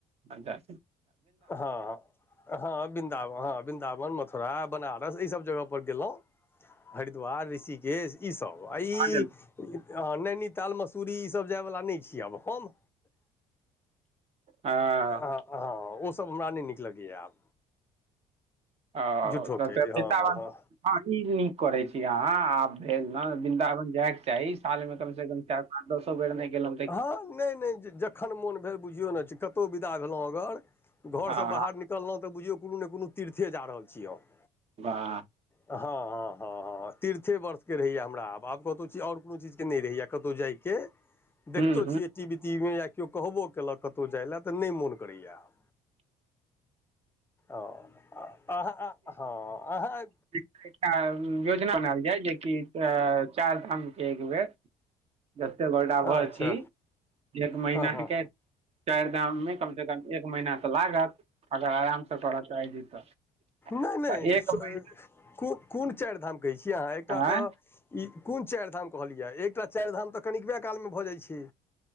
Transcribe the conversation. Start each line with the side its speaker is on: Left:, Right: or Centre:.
Right: हां जा।
Left: हां, हां बिन्दावन हां। बिन्दाबन, मथुरा, बनारस ई सब जगह पर गेलौ हरिद्वार ऋषिकेश। ई सब आ ई
Right: साँझल
Left: आ नैनीताल, मसूरी ई सब जाय वला नै छी आब हम।
Right: हँ
Left: आ हां ओ सब हमरा नै नीक लगैया आब।
Right: औ
Left: झूठोके
Right: तऽ <unintelligible>
Left: हँ
Right: बिंदावन
Left: हँ
Right: हां ई नीक करे छी अहाँ आब भेल ने वृन्दावन जायके चाही। साल में कम से कम चार पाँच दसो बेर नै गेलौ।
Left: हां नै-नै ज जखन मोन भेल बुझियौ ना छी कतौ विदा भेलौ अगर घर
Right: हँ
Left: से बाहर निकललौ तऽ बुझियौ कुनू ने कुनू तीर्थे जा रहल छी हम।
Right: वाह।
Left: हां-हां-हां-हां। हां तीर्थे वर्षके रहैया हमरा आब, आब कतौ चीज और कुनू चीजके नै रहैया कतौ जाय के। देखतो
Right: हूँ हूँ
Left: छियै टी वी ती वी मे या कियो कहबो केलक कतौ जाय लए तऽ नै मुन करैया आब। ओ अ अहा ह हां अहाँ
Right: एकटा योजना बनाएल जाय जे कि ए चाएर धामके एक बेर। जते गोटाभर
Left: अच्छा
Right: छी एक महीना
Left: हँ हँ
Right: के चाएर धाम मे कम से कम एक महीना तऽ लागत अगर आराम से करऽ चाहै छी तऽ।
Left: नै-नै
Right: तऽ एक
Left: सु
Right: महीना
Left: ए कु कुन चाएर धाम कहै छियै अहाँ एकटा
Right: आँय
Left: तऽ ई कुन चाएर धाम कहलियै, एकटा चाएर धाम तऽ कनिकबे कालमे भऽ जाय छै।